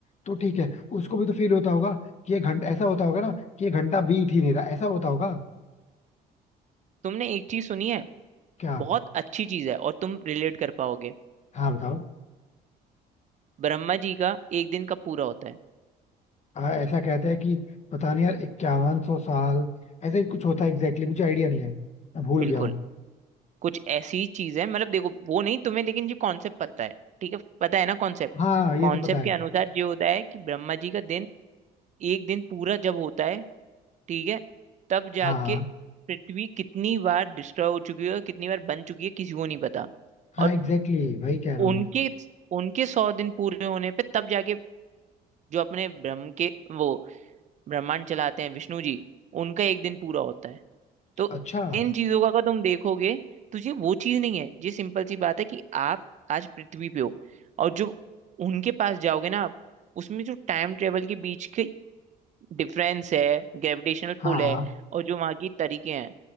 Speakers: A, on the left; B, on the right.
A: तो ठीक है उसको भी तो फील होता होगा कि ये घंटा ऐसा होता होगा ना कि ये घंटा बीत ही नहीं रहा ऐसा होता होगा
B: तुमने एक चीज सुनी है
A: क्या
B: बहुत अच्छी चीज है और तुम रिलेट कर पाओगे
A: हाँ बताओ
B: ब्रह्मा जी का एक दिन का पूरा होता है
A: आ, ऐसा कहते हैं कि पता नहीं यार इक्यावन सौ साल ऐसा ही कुछ होता है एग्जैक्टली exactly, मुझे आइडिया नहीं है मैं भूल
B: बिल्कुल
A: गया हूँ
B: कुछ ऐसी चीज है मतलब देखो वो नहीं तुम्हें लेकिन ये कॉन्सेप्ट पता है ठीक है पता है ना कॉन्सेप्ट
A: हाँ ये
B: कॉन्सेप्ट
A: तो पता है
B: के अनुसार ये होता है कि ब्रह्मा जी का दिन एक दिन पूरा जब होता है ठीक है तब
A: हाँ
B: जाके पृथ्वी कितनी बार डिस्ट्रॉय हो चुकी है और कितनी बार बन चुकी है किसी को नहीं पता
A: हाँ
B: और
A: एग्जैक्टली exactly, वही कह रहा हूँ
B: उनके
A: मैं
B: उनके सौ दिन पूरे होने पे तब जाके जो अपने ब्रह्म के वो ब्रह्मांड चलाते हैं विष्णु जी उनका एक दिन पूरा होता है तो
A: अच्छा
B: इन चीजों का अगर तुम देखोगे तो ये वो चीज नहीं है ये सिंपल सी बात है कि आप आज पृथ्वी पे हो और जो उनके पास जाओगे ना आप उसमें जो टाइम ट्रेवल के बीच के डिफरेंस है ग्रेविटेशनल
A: हाँ
B: पुल है और जो वहाँ की तरीके हैं